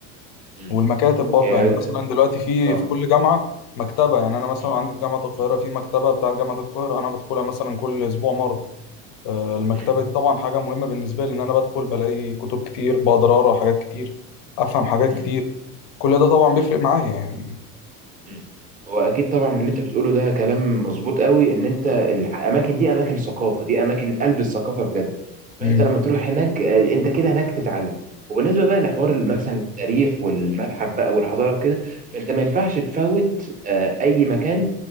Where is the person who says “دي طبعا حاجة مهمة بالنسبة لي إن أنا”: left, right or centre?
Left